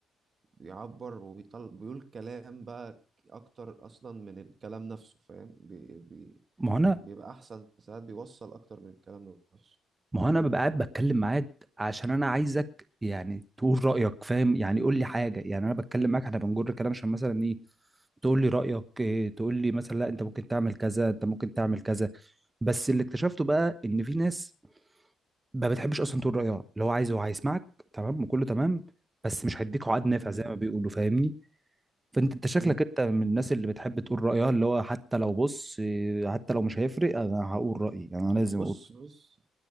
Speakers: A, on the right; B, on the right.
A: بيعبر وبيطل بيقول كلام بقى أكتر أصلا من الكلام نفسه فاهم بي... بي...
B: ما هو انا
A: بيبقى أحسن ساعات بيوصل أكتر من الكلام نفسه
B: ما هو انا ببقى قاعد بتكلم معاك عشان انا عايزك يعني تقول رايك فاهم يعني قول لي حاجه يعني انا بتكلم معاك احنا بنجر كلام عشان مثلا إيه، تقول لي رأيك إيه، تقول لي مثلا لا انت ممكن تعمل كذا انت ممكن تعمل كذا بس اللي اكتشفته بقى ان في ناس ما بتحبش اصلا تقول رأيها اللي هو عايز هو هيسمعك تمام وكله تمام بس مش هيديك عقد نافع
A: مم.
B: زي ما بيقولوا فاهمني فانت انت شكلك
A: مم.
B: انت من الناس اللي بتحب تقول رأيها اللي هو حتى لو بص إيه، حتى لو مش هيفرق انا هقول رأيي انا لازم
A: بص
B: اقول
A: بص